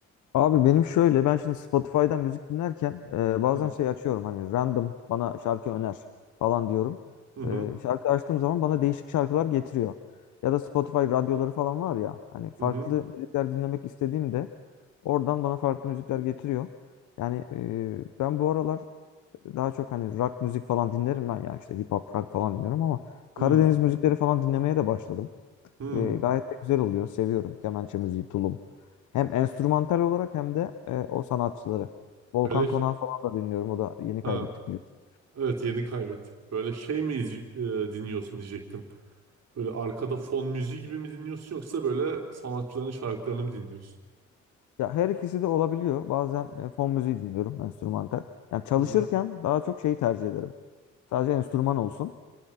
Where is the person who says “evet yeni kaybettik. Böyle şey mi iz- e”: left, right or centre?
Right